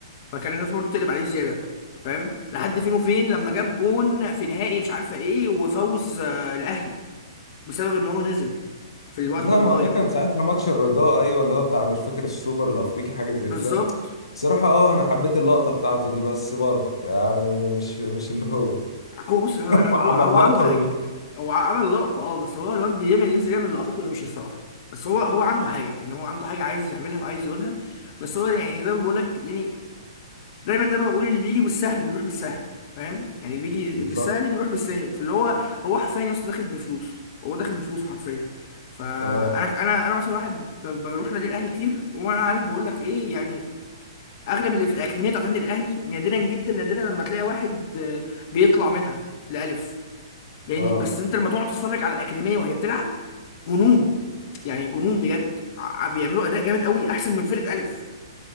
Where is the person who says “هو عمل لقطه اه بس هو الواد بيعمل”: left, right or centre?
Left